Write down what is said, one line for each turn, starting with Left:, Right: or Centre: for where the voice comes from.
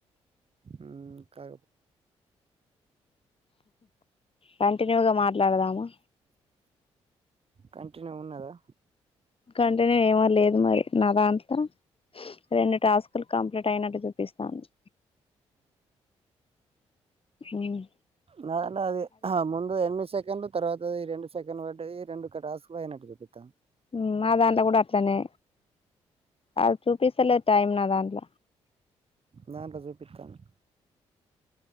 Right: ఉమ్ కా
Left: కంటిన్యూగా మాట్లాడదామా
Right: కంటిన్యూ ఉన్నదా
Left: కంటిన్యూ ఏమో లేదు మరి నా దాంట్ల రెండు టాస్క్ లు కంప్లీట్ అయినట్టు జుపిస్తాంది ఉమ్
Right: నా నా అది ముందు ఎన్మిద్ సెకండ్లు తర్వాతదీ రెండు సెకండ్లు వడ్డయి రెండు క టాస్క్ ల్ఐనట్టు జుపిత్తాంది
Left: ఉమ్ మాదాంట్ల గూడట్లనే అద్ చూపిస్తలేద్ టైం నా దాంట్ల
Right: నా దాన్నిట్లో జూపిత్తాంది